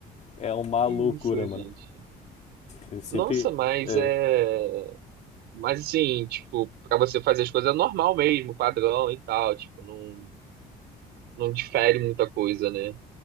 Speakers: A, on the left; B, on the right.
A: É uma
B: Que
A: loucura,
B: isso,
A: mano.
B: gente.
A: Eu sempre.
B: Nossa, mas
A: É,
B: é. Mas assim, tipo, pra você fazer as coisas é normal mesmo, padrão e tal, tipo, não, não difere muita coisa, né?